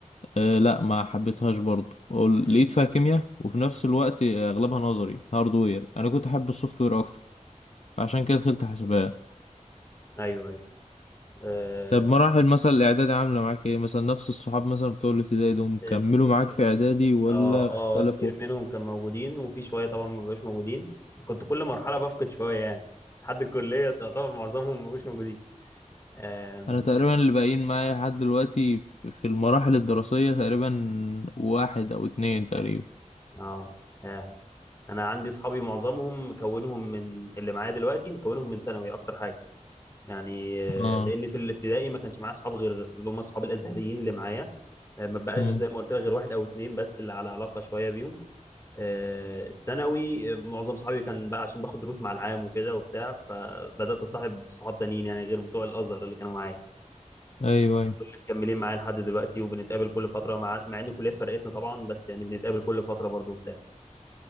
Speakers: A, on the left; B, on the left.
A: آه لا ما حبيتهاش برضه وال-
B: مم.
A: لقيت فيها كيمياء وفي نفس الوقت آه، اغلبها نظري هاردوير انا كنت احب السوفت وير اكتر عشان كده دخلت حسابات
B: ايوه ايوه آه
A: طب مراحل مثلا الاعدادي عامله معاك ايه مثلا نفس الصحاب مثلا بتوع الابتدائي دول
B: ال-
A: كملوا معاك في اعدادي ولا
B: اه
A: اختلفوا
B: اه كتير منهم كان موجودين وفي شويه طبعا ما بقوش موجودين كنت كل مرحله بفقد شويه يعني لحد الكليه تعتبر معظمهم ما بقوش موجودين آم،
A: انا تقريبا اللي باقيين معايا لحد دلوقتي في في المراحل الدراسيه تقريبا واحد او اتنين تقريبا
B: اه اه انا عندي صحابي معظمهم مكونهم من اللي معايا دلوقتي مكونهم من ثانوي اكتر حاجه يعني آه،
A: اه
B: لان في الابتدائي ما كانش معايا صحاب غير اللي هم صحاب الازهريين اللي معايا آه، ما بقاش
A: مم.
B: زي ما قلت لك غير واحد او اتنين بس اللي على علاقه شويه بيهم آه، الثانوي آه، معظم صحابي كان بقى عشان باخد دروس مع العام وكده وبتاع فبدات اصاحب صحاب تانيين يعني غير بتوع الازهر اللي كانوا معايا
A: ايوه ايوه
B: دول اللي مكملين معايا لحد دلوقتي وبنتقابل كل فتره مع مع ان الكليات فرقتنا طبعا بس يعني بنتقابل كل فتره برضو وبتاع